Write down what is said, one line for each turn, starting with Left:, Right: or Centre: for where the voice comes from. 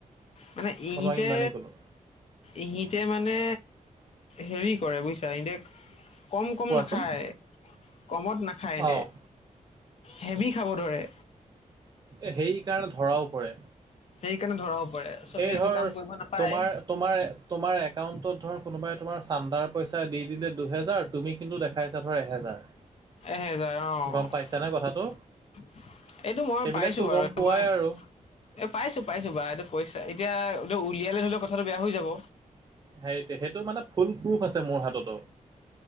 Left: মানে
Right: মই
Left: ইহতে
Right: তোমাক ইমানেই ক'লো
Left: ইহতে মানে হেৰি কৰে বুজিছা ইহতে কম কম
Right: কোৱাচোন
Left: নাখায় কমত নাখায় ইহতে
Right: অ'।
Left: হেভি খাব ধৰে
Right: এ সেই কাৰণে ধৰাও পৰে
Left: সেইকাৰণে ধৰাও পৰে আচলতে
Right: এই
Left: এইটো
Right: ধৰ
Left: কাম কৰিব নাপায়
Right: তোমাৰ তোমাৰ তোমাৰ একাউণ্টত ধৰ কোনোবাই তোমাৰ চান্দাৰ পইচা দি দিলে দুহেজাৰ তুমি কিন্তু দেখাইছা ধৰা এহেজাৰ
Left: এহেজাৰ অ
Right: গম পাইছানে কথাটো
Left: এইটো মই
Right: সেইবিলাকতো
Left: পাইছো বাৰু
Right: গম পোৱাই
Left: মই
Right: আৰু
Left: এ পাইছো পাইছো বা এইটো কৈছা এতিয়া উলিয়ালে ধৰি লোৱা কথাটো বেয়া হৈ যাব
Right: সেইটোৱে সেইটো মানে ফুল প্ৰুফ আছে মোৰ হাততো